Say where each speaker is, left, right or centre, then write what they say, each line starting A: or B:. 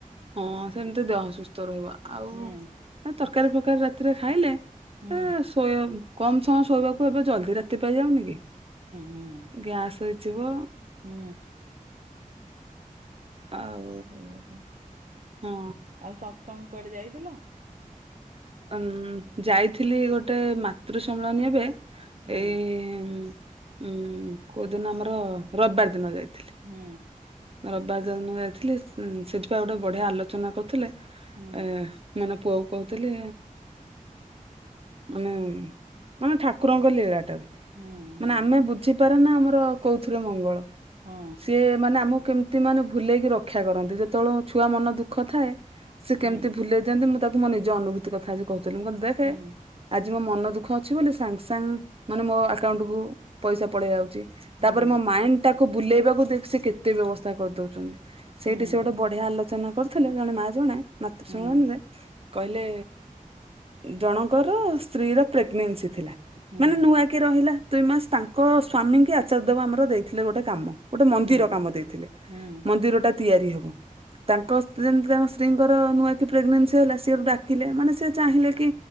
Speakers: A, on the right; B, on the right.
A: ହଁ ସେମିତି ଦେହ ସୁସ୍ଥ ରହିବ ଆଉ
B: ହୁଁ
A: ତରକାରୀ ଫରକାରୀ ରାତିରେ ଖାଇଲେ
B: ହୁଁ
A: ଏ ଶୋଇ କମ ସମୟ ଶୋଇବାକୁ, ଏବେ ଜଲଦି ରାତିପାଇ ଯାଉନି କି?
B: ହୁଁ
A: ଗ୍ୟାସ ହେଇଯିବ।
B: ହୁଁ।
A: ଆଉ
B: ସେଇପା,
A: ହଁ
B: ଆଉ ସତ୍ସଙ୍ଗ କୁଆଡେ ଯାଇଥିଲ?
A: ଉଁ ଯାଇଥିଲି ଗୋଟେ ମାତୃ ସମ୍ବିଳନୀ ଏବେ
B: ହୁଁ
A: ଏଇ ଉଁ କୋଉ ଦିନ ଆମର ରବିବାର ଦିନ ଯାଇଥିଲି।
B: ହୁଁ।
A: ରବିବାର ଦିନ ଯାଇଥିଲି। ସେଠିପା ଗୋଟେ ବଢ଼ିଆ ଆଲୋଚନା କରୁଥିଲେ
B: ହୁଁ
A: ଏ ପୁଅକୁ କହୁଥିଲି ମାନେ ମାନେ ଠାକୁରଙ୍କ ଲୀଳା। ତାକୁ
B: ହୁଁ ହୁଁ
A: ମାନେ ଆମେ ବୁଝିପାରେନା ଆମର କୋଉଥିରେ ମଙ୍ଗଳ।
B: ହଁ।
A: ସେ ମାନେ ଆମକୁ କେମିତି ମାନେ ଭୁଲେଇକି ରକ୍ଷା କରନ୍ତି, ଯେତେବେଳେ ଛୁଆ ମନ ଦୁଃଖ ଥାଏ ସେ
B: ହୁଁ
A: କେମିତି ଭୁଲେଇ ଦିଅନ୍ତି ମୁଁ ତାକୁ ମୋ ନିଜ ଅନୁଭୂତି କଥା କହୁଥିଲି। ମୁଁ କହିଲି ଦେଖେ
B: ହୁଁ
A: ଆଜି ମୋ ମନ ଦୁଃଖ ଅଛି ବୋଲି ସାଙ୍ଗ ସାଙ୍ଗ ମାନେ ମୋ ଆକାଉଣ୍ଟ କୁ ପଇସା ପଳେଇ ଆଉଛି।
B: ହୁଁ
A: ତାପରେ ମୋ ମାଇଣ୍ଡ ଟାକୁ ବୁଲେଇବାକୁ ସେ କେତେ ବ୍ୟବସ୍ଥା କରିଦଉଚନ୍ତି। ସେଇଠି
B: ହୁଁ
A: ସେ ସେଠି ଗୋଟେ ବଢ଼ିଆ ଆଲୋଚନା କରିୁଥିଲେ ଜଣେ ମା ଜଣେ ମାତୃ
B: ହୁଁ
A: ସମ୍ମଳନୀରେ କହିଲେ ଜଣଙ୍କର ସ୍ତ୍ରୀ ର ପ୍ରେଗନେନ୍ସି ଥିଲା
B: ହୁଁ
A: ମାନେ ନୂଆ କି ରହିଲା ଦୁଇ ମାସ ତାଙ୍କ ସ୍ଵାମୀ କି ଆଚାର୍ଯ୍ୟ ଦେବ ଆମର ଦେଇଥିଲେ ଗୋଟେ କାମ ଗୋଟେ ମନ୍ଦିର
B: ହୁଁ ହୁଁ
A: କାମ।
B: ହୁଁ ହୁଁ ହୁଁ ହୁଁ
A: ମନ୍ଦିର ଟା ତିଆରି ହବ। ତାଙ୍କ ସେ ଯେମିତି ତାଙ୍କ ସ୍ତ୍ରୀଙ୍କର ନୂଆ କି ପ୍ରେଗନେନ୍ସି ହେଲା ସିଏ ଡାକିଲେ, ମାନେ ସିଏ ଚାହିଁଲେ କି